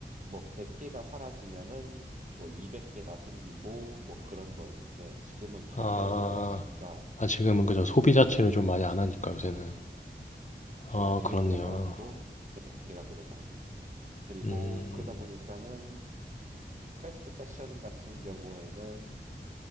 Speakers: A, on the right; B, on the left.
A: 뭐 100개가 사라지면은 뭐 200개가 생기고 뭐 그런 거였는데 지금은 반대로
B: 아.
A: 돼버렸으니까
B: 아, 지금은 그저
A: 이-
B: 소비 자체를
A: 예,
B: 좀 많이 안 하니까 요새는.
A: 예, 그쵸.
B: 아,
A: 200개가
B: 그렇네요.
A: 사라지고 100개가 늘어나고 그리고
B: 음.
A: 그러다 보니까는 패스트 패션 같은 경우에는